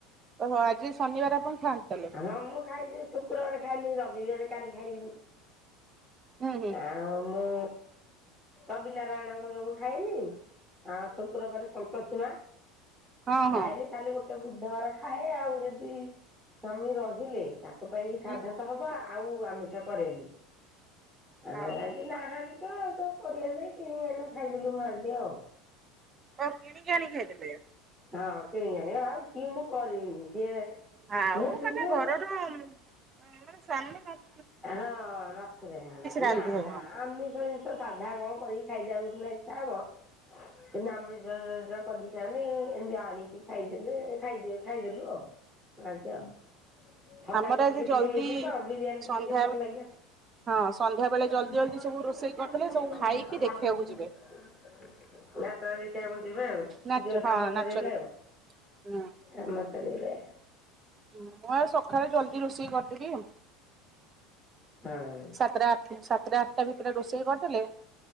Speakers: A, on the right; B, in the centre.
A: ଓହୋ ଆଜି ଶନିବାର ଆପଣ ଖାଆନ୍ତି ତାହେଲେ?
B: ହଁ ମୁଁ ଖାଇଦିଏ ଶୁକ୍ରବାର ଖାଇନି ରବିବାରେ କାଲି ଖାଇବିନି
A: ହୁଁ ହୁଁ
B: ଆଉ ମୁଁ ରବିନାରାୟଣଙ୍କ ଯୋଗୁଁ ଖାଏନି। ଆଁ ଶୁକ୍ରବାରେ ସନ୍ତୋସି ମା
A: ହଁ
B: ଖାଏନି,
A: ହଁ
B: କାଲି ଗୋଟେ ବୁଧବାର ଖାଏ ଆଉ ଯଦି ସ୍ଵାମୀ ରହିଲେ ତାଙ୍କ ପାଇଁ କିି ସାଧା
A: ହୁଁ।
B: ତ ହବ। ଆ ଆଉ ଆମିଷ କରେନି, ଆ
A: ହଁ ହଁ
B: ଆଜି ନାହାନ୍ତି। ତ ତ କରିବାରନାଇଁ କିଣିକି ଆଣିଲୁ ଖାଇଦେଲୁ ମା ଝିଅ ଆଉ।
A: ଓ କିଣିକି ଆଣି ଖାଇଦେଲେ?
B: ହଁ କିଣି ଆଣି ଆଉ କି ମୁଁ କରିବିନି, ସିଏ
A: ଆଉ
B: ସିଏ ଥିଲେ
A: ମାନେ ଘରର ମାନେ ସ୍ୱାମୀ ନଥିଲେ
B: ହଁ ନଥିଲେ
A: ରାନ୍ଧିବାକୁ
B: ନା ନା ଆମିଷ ଜିନିଷ। ତ ସାଧା କଣ କରିକି ଖାଇଦବାକୁ ସିନା ଇଚ୍ଛା ହବ କିନ୍ତୁ ଆମିଷ ଷ କରିକି ଖାଆନି ଏମିତି ଆଣି କି ଖାଇଦେଲେ ଖାଇଦିଅ ଖାଇଦେଲୁ ଆଉ, ମା ଝୁଅ। ଥଣ୍ଡା
A: ଆମର
B: ବି ଟିକେ
A: ଆଜି
B: ଟିକେ
A: ଜଲଦି
B: ହେଇଛିି ତ ବିରିୟାନୀଟା
A: ସନ୍ଧ୍ୟା
B: ଟିକେ ଭଲ ଲାଗିବ।
A: ହଁ ସନ୍ଧ୍ୟା ବେଳେ
B: <unintelligible>
A: ଜଲଦି ଜଲଦି ସବୁ ରୋଷେଇ କରିଦେଲେ ସବୁ ଖାଇକି ଦେଖିବାକୁ ଯିବେ।
B: ଯାତ୍ରା ଦେଖିବାକୁ ଯିବେ ଆଉ
A: ନାଚ
B: ଶୀଘ୍ର
A: ହଁ
B: କାମ
A: ନାଚ
B: ସରିଗଲେ
A: ଦେ
B: ଆଉ।
A: ହୁଁ
B: କାମ ସରିଗଲେ।
A: ହୁଁ ମୁଁ ଆଉ ସକାଳେ ଜଲ୍ଦି ରୋଷେଇ କରିଦେବି ଆଉ।
B: ହଁ।
A: ସାତଟା ଆ ସାତଟା ଆଠଟା ଭିତରେ ରୋଷେଇ କରିଦେଲେ